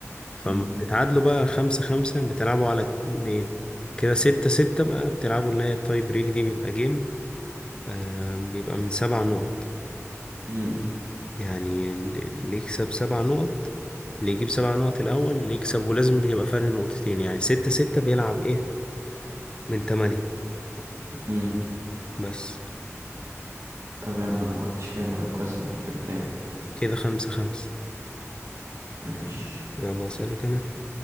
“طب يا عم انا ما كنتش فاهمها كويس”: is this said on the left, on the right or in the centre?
Right